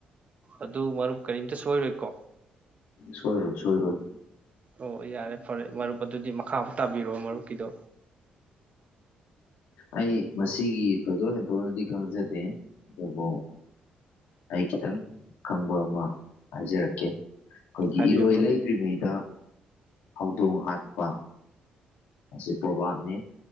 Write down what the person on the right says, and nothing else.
ꯑꯗꯨ ꯃꯔꯨꯞ ꯀꯔꯤꯝꯇ ꯁꯣꯏꯔꯣꯏꯀꯣ
ꯑꯣ ꯌꯥꯔꯦ ꯐꯔꯦ ꯃꯔꯨꯞ ꯑꯗꯨꯗꯤ ꯃꯈꯥ ꯃꯨꯛ ꯇꯥꯕꯤꯔꯛꯑꯣ ꯃꯔꯨꯞꯀꯤꯗꯣ
ꯍꯥꯏꯕꯤꯌꯨ
ꯃꯔꯨꯞ